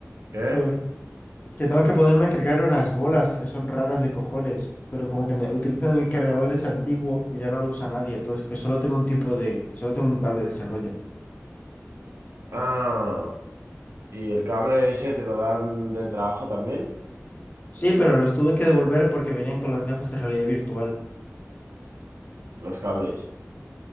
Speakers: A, on the right (about 65°); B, on the left (about 35°).
A: ¿Qué?
B: Joder. Que tengo que ponerme a cargar unas bolas que son raras de cojones, pero como que me- utilizan el cargador es antiguo que ya no lo usa nadie, entonces que solo tengo un tipo de, solo tengo un cable de desarrollo.
A: Ah, ¿y el cable ese te lo dan del trabajo también?
B: Sí, pero los tuve que devolver porque venían con las gafas de realidad virtual.
A: Los cables.